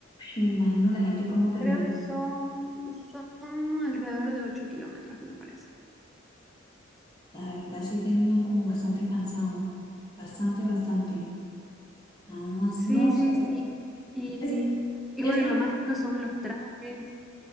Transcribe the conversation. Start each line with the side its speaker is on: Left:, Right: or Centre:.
Left: Uy, Me imagino la gente cómo termina.
Centre: Creo que son, son alrededor de 8 kilómetros, me parece.
Left: La verdad sí terminan como bastante cansados, bastante, bastante. Ah,
Centre: Sí,
Left: no sé.
Centre: sí, sí. Y,
Left: Es,
Centre: y- y
Left: es
Centre: bueno,
Left: la-
Centre: y lo más lindo son los trajes,